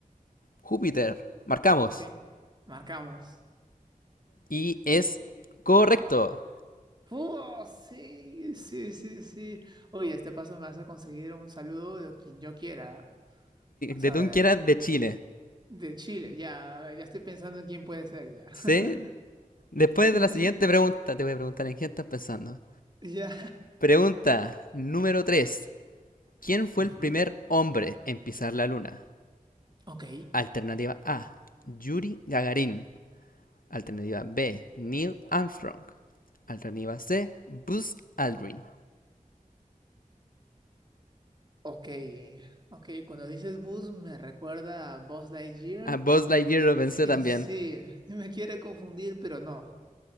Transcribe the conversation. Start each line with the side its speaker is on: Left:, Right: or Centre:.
Left: Júpiter. Marcamos.
Right: Sí, marcamos.
Left: Y es correcto.
Right: ¡Oh, sí, sí, sí, sí! Oye, este paso me hace conseguir un saludo de quien yo quiera. Vamos
Left: De
Right: a
Left: tú
Right: ver.
Left: que era de Chile.
Right: De Chile, ya, ya estoy pensando en quién puede ser, ya.
Left: ¿Sí?
Right: <laughs>
Left: Después
Right: Sí,
Left: de la siguiente
Right: sí,
Left: pregunta, te voy a preguntar en qué estás pensando.
Right: ya.
Left: Pregunta número 3. ¿Quién fue
Right: <laughs>
Left: el primer hombre en pisar la luna?
Right: Ok,
Left: Alternativa A. Yuri Gagarin. Alternativa B. Neil Armstrong. Alternativa C. Buzz Aldrin.
Right: ok, ok. Cuando dices bus me recuerda a Buzz Lightyear
Left: A Buzz Lightyear
Right: y me...
Left: lo pensé
Right: Y
Left: también.
Right: sí, y me quiere confundir, pero no.